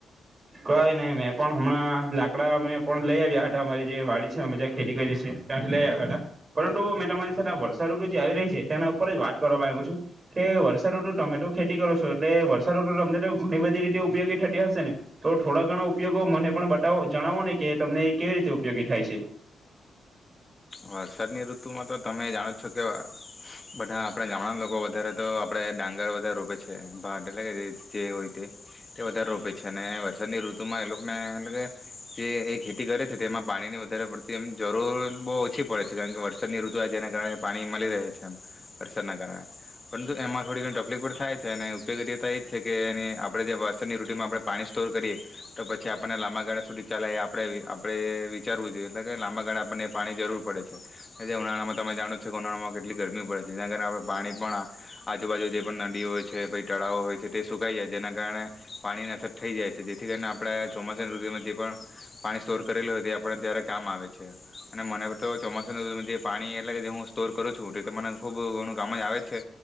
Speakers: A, on the right; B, on the left.
A: કાઈ નહી મેં પણ હમણાં લાકડા અમે પણ લઈ આવ્યા હતા અમારી જે વાડી છે અમે જ્યાં ખેતી કરી છી ત્યાંથી લઈ આવ્યા હતા, પરંતુ મેં તમારી સાથે વર્ષા ઋતુ જે આવી રહી છે તેના ઉપર જ વાત કરવા માંગુ છું, કે વર્ષા ઋતુ તમે તો ખેતી કરો છો એટલે વર્ષા ઋતુ તમે તો ઘણી બધી રીતે ઉપયોગી થતી હશે ને. તો થોડા ઘણો ઉપયોગો મને પણ બતાવો જણાવો ને કે તમને કેવી રીતે ઉપયોગી થાય છે.
B: વરસાદની ઋતુમાં તો તમે જાણો છો કે બધા આપડે ગામડા લોકો અત્યારે તો આપડે ડાંગર વધારે રોપે ભાટ એટલે જે હોય તે વધારે રોપે છે અને વરસાદની ઋતુમાં એ લોકોને <unintelligible> કે જે એ ખેતી કરે છે તે એમાં પાણી ની વધારે પડતી એમ જરૂર બવ ઓછી પડે છે. કારણ કે વરસાદની ઋતુ આવે જેના કારણે પાણી મળી રહે છે એમ, વરસાદના કારણે. પરંતુ એમાં થોડી ઘણી તકલીફ પણ થાય છે અને ઉપયોગીતા એ જ છે કે એ આપણે જે વરસાદની ઋતુમાં આપણે પાણી સ્ટોર કરીએ તો પછી આપણને લાંબા ગાળા સુધી ચાલે એ આપડે આપડે વિચારવું જોઈએ એટલે કે લાંબા ગાળા આપણને પાણી જરૂર પડે છે. જે ઉનાળામાં તમે જાણો છો કે ઉનાળામાં કેટલી ગરમી પડે છે જેના કારણે આપ પાણી પણ આ આજુબાજુ જે પણ નદીઓ હોય છે ભઈ તળાવો હોય છે તે સુકાઈ જાય તેના કારણે પાણી ની અસર થઈ જાય છે. જેથી કરીને આપણે આ ચોમાસાના ઋતુમાં જે પણ પાણી સ્ટોર કરેલું હોય તે આપડે ત્યારે કામ આવે છે અને મને તો ચોમાસુંનું જે પાણી એટલે કે હું સ્ટોર કરું છું એ તો મને ખુબ ઘણું કામમાય આવે જ છે